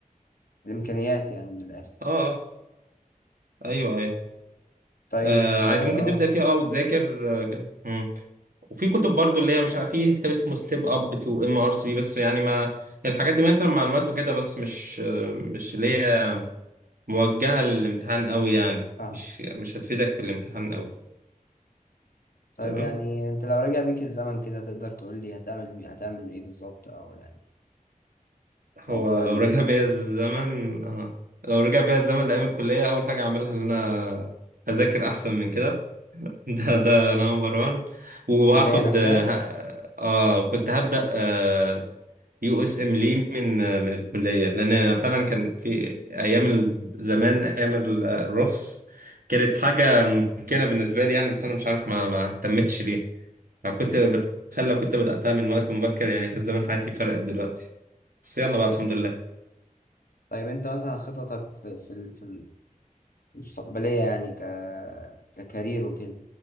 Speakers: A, on the left; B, on the right.
A: الإمكانيات يعني من الآخر
B: اه آه، ايوه ايوه
A: طيب
B: آه
A: اه
B: عادي ممكن
A: آه،
B: تبدأ فيها اه وتذاكر آه كده. مم. وفي كتب برضو اللي هي مش عارف في كتاب اسمه ستيب اب تو ام ار سي بس يعني ما الحاجات دي مثلا معلومات وكده بس مش آه، مش اللي هي موجهة للامتحان قوي يعني
A: فاهم
B: مش مش هتفيدك في الامتحان قوي
A: طيب
B: تمام
A: يعني انت لو رجع بيك الزمن كده تقدر تقول لي هتعمل بي- هتعمل ايه بالظبط او يعني
B: هو
A: موضوع
B: لو
A: ال-
B: رجع بيا الزمن اه لو رجع بيا الزمن لأيام الكلية أول حاجة أعملها إن أنا أذاكر أحسن من كده <laughs> ده ده نمبر وان وهاخد
A: الكلية نفسها
B: اه ه- آه، كنت هبدأ آه، يو اس ام لي من من الكليه لان فعلا كان في ايام زمان ايام الرخص كانت
A: مم.
B: حاجه ممكنه بالنسبه لي يعني بس انا مش عارف ما ما اهتمتش ليه انا كنت بتخيل لو كنت بداتها من وقت مبكر يعني كان زمان حياتي فرقت دلوقتي بس يلا بقى الحمد لله
A: طيب انت مثلا خططك في في ال- في المستقبلية يعني ك ككارير وكده